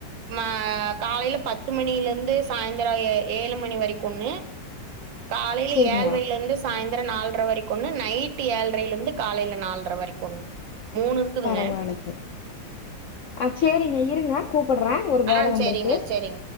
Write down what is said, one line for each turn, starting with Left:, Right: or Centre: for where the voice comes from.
Right: மா காலேல பத்து மணில இருந்து சாயந்தரோ ஏ ஏழு மணி வரைக்கு ஒண்ணு காலேல
Left: சேரிங்க
Right: ஏழ்ரைலருந்து சாயந்திரோ நால்ரை வரை கொன்னு நைட்டு ஏழ்ரைல இருந்து காலேல நால்ரை வரைக்கு ஒண்ணு மூணு இருக்குதுங்க
Left: பரவால்லைங்க ஆ சேரிங்க இருங்க கூப்பிடுறே ஒரு வேல
Right: ஆ
Left: வந்திருக்கு
Right: சேரிங்க சேரிங்க